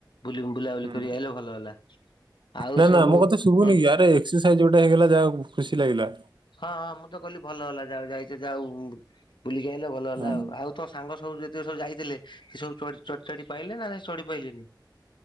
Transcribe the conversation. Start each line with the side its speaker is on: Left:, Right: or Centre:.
Left: ବୁଲି ବୁଲାବୁଲି
Right: ହୁଁ
Left: କରି ଆଇଲେ ଭଲ ହେଲା। ଆଉ
Right: ନା
Left: ସବୁ
Right: ନା ମୋ କଥା ଶୁଭୁନି କି? ଆରେ ଏକ୍ସରସାଇଜ ଯୋଉଟା ହେଇଗଲା ଯାହା ଖୁସି ଲାଗିଲା।
Left: ହଁ ହଁ ମୁଁ ତ କହିଲି ଭଲ ହେଲା। ଯାଉ ଯାଇଛ ଯାଉ ବୁଲିକି ଆଇଲ ଭଲ ହେଲା
Right: ହଁ।
Left: ଆଉ। ଆଉ ତ ସାଙ୍ଗ ସବୁ ଯେତକ ସବୁ ଯାଇଥିଲେ ସେ ସବୁ ଚ ଚଢି଼ ଚଢ଼ି ପାଇଲେ ନା ସେ ଚଢି଼ ପାଇଲେନି?